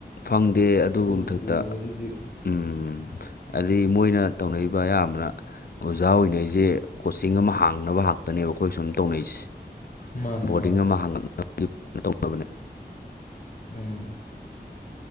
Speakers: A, on the left; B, on the left.
A: ꯐꯪꯗꯦ ꯑꯗꯨ
B: ꯁ꯭ꯀꯨꯜ
A: ꯃꯊꯛꯇ
B: ꯄꯨꯕꯒꯗꯨꯗꯤ
A: ꯎꯝ ꯑꯗꯒꯤ ꯃꯣꯏꯅ ꯇꯧꯅꯕ ꯑꯌꯥꯝꯕꯅ ꯑꯣꯖꯥ ꯑꯣꯏꯅꯩꯁꯦ ꯀꯣꯆꯤꯡ ꯑꯃ ꯍꯥꯡꯅꯕ ꯍꯥꯛꯇꯅꯦꯕ ꯑꯩꯈꯣꯏ ꯁꯨꯝ ꯇꯧꯅꯩꯁꯦ
B: ꯃꯥꯅꯦ
A: ꯕꯣꯔꯗꯤꯡ
B: ꯃꯥꯅꯦ
A: ꯑꯃ ꯍꯥꯡꯒꯛꯅꯕꯒꯤ ꯇꯧꯕꯅꯤ
B: ꯎꯝ